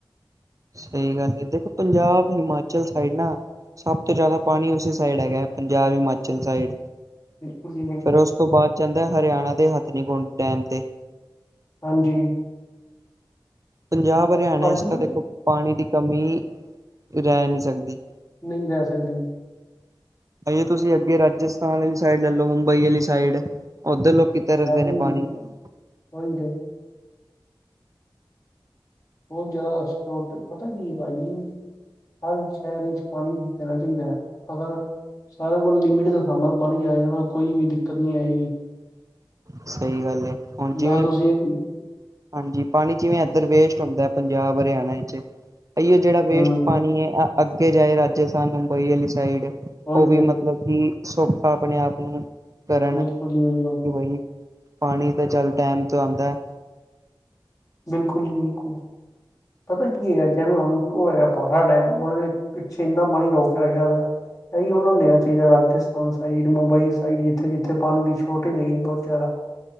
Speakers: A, on the right (about 40°); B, on the left (about 45°).
A: ਸਹੀ ਗੱਲ ਏ ਦੇਖੋ ਪੰਜਾਬ ਹਿਮਾਚਲ ਸਾਈਡ ਨਾ। ਸਭ ਤੋਂ ਜ਼ਿਆਦਾ ਪਾਣੀ ਉਸੇ ਸਾਈਡ ਹੈਗਾ ਹੈ ਪੰਜਾਬ ਹਿਮਾਚਲ ਸਾਈਡ।
B: ਬਿਲਕੁਲ ਜੀ ਬਿਲਕੁਲ
A: ਫਿਰ ਉਸ ਤੋਂ ਬਾਅਦ ਜਾਂਦਾ ਹਰਿਆਣਾ ਦੇ ਹਥਨੀਕੁੰਡ ਡੈਮ ਤੇ।
B: ਹਾਂਜੀ।
A: ਪੰਜਾਬ ਹਰਿਆਣੇ
B: ਭਾਜੀ
A: ਚ ਤਾਂ ਦੇਖੋ ਪਾਣੀ ਦੀ ਕਮੀ ਰਹਿ ਨਹੀਂ ਸਕਦੀ।
B: ਨਹੀਂ ਰਹਿ ਸਕਦੇ।
A: ਅਹਿਯੋ ਤੁਸੀਂ ਅੱਗੇ ਰਾਜਸਥਾਨ ਵਾਲੀ ਸਾਈਡ ਲੈ ਲਓ ਮੁੰਬਈ ਵਾਲੀ ਸਾਈਡ ਉੱਧਰ ਲੋਕੀ ਤਰਸਦੇ
B: ਐਸ
A: ਨੇ
B: ਯੂ
A: ਪਾਣੀ
B: ਵਿਸ਼।
A: ਨੂੰ
B: ਉਈ ਤੇ ਬਹੁਤ ਜ਼ਿਆਦਾ ਸੋਪਟ ਪਤਾ ਕੀ ਭ ਗਈ। ਹਰ ਸ਼ਹਿਰ ਵਿੱਚ ਪਾਣੀ ਦੇਣਾ ਚਾਹੀਦਾ ਅਗਰ ਸਾਰਿਆਂ ਕੋਲ ਲਿਮਿਟ ਦਾ ਸਾਹਮ ਨਾਲ ਬਣ ਜਾਏ ਨਾ ਕੋਈ ਵੀ ਦਿੱਕਤ ਨੀ ਆਏਗੀ।
A: ਸਹੀ ਗੱਲ ਏ ਹੁਣ ਜਿਵੇਂ
B: ਨਾ ਤੁਸੀਂ
A: ਹਾਂਜੀ ਪਾਣੀ ਜਿਵੇਂ ਇੱਧਰ ਵੇਸਟ ਹੁੰਦਾ ਪੰਜਾਬ ਹਰਿਆਣਾ ਵਿੱਚ। ਇਓ ਜਿਹੜਾ ਵੇਸਟ
B: ਹੂੰ
A: ਪਾਣੀ ਏ ਅੱਗੇ ਜਾਏ ਰਾਜਸਥਾਨ ਮੁੰਬਈ ਵਾਲੀ ਸਾਈਡ ਉਹ
B: ਉਹੀ
A: ਵੀ
B: ਹੈ
A: ਮਤਲਬ ਮਤਲਬ ਕਿ ਸੌਖਾ ਆਪਣੇ ਆਪ ਨੂੰ ਕਰਨ
B: ਬਿਲਕੁੱਲ ਜੀ ਬਿਲਕੁੱਲ।
A: ਕਿ ਬਈ ਪਾਣੀ ਤਾਂ ਚੱਲ ਡੈਮ ਤੋਂ ਆਂਦਾ।
B: ਬਿਲਕੁੱਲ ਜੀ ਬਿਲਕੁੱਲ ਪਤਾ ਕੀ ਹੈ ਜੈਵੇਂ ਹੁਣ ਉਹ ਹੈ ਪਹਾੜ ਡੈਮਬ ਓਏ ਪਿੱਛੇ ਇੰਨਾ ਪਾਣੀ ਰੋ ਕੇ ਰਖਿਆ ਦਾ ਹੈ। ਇਹੀ ਉਹਨਾਂ ਨੂੰ ਦੇਣਾ ਚਾਹੀਦਾ ਰਾਜਸਥਾਨ ਸਾਈਡ ਮੁੰਬਈ ਸਾਈਡ ਜਿੱਥੇ-ਜਿੱਥੇ ਪਾਣੀ ਦੀ ਸੋਰਟੇਦ ਹੈਗੀ ਏ ਬਹੁਤ ਜ਼ਿਆਦਾ।